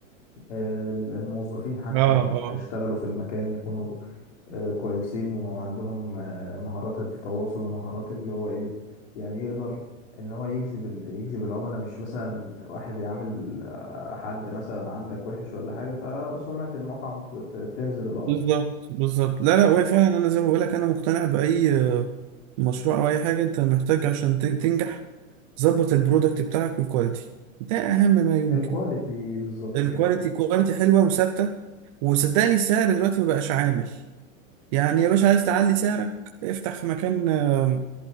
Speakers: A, on the left (about 55°); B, on the right (about 25°).
A: آه، الموظفين حتى
B: اه
A: اللي
B: اه
A: هيشتغلوا في المكان يكونوا آه، كويسين وعندهم آه، مهارات التواصل ومهارات اللي هو ايه يعني يقدر ان هو يجذب ال- يجذب العملاء مش مثلا واحد يعامل آه، حد مثلا عندك وحش ولا حاجة فسمعة المطعم ت- ت- تنزل الارض
B: بالظبط بالظبط لا لا وهي فعلا انا زي ما بقول لك انا مقتنع باي آه، مشروع او اي حاجه انت محتاج عشان ت- تنجح ظبط البرودكت بتاعك والكواليتي ده اهم ما يمكن
A: الكواليتي بالظبط
B: الكواليتي
A: كده
B: كواليتي حلوه وثابته وصدقني السعر دلوقتي ما بقاش عامل يعني يا باشا عايز تعلي سعرك افتح في مكان آه،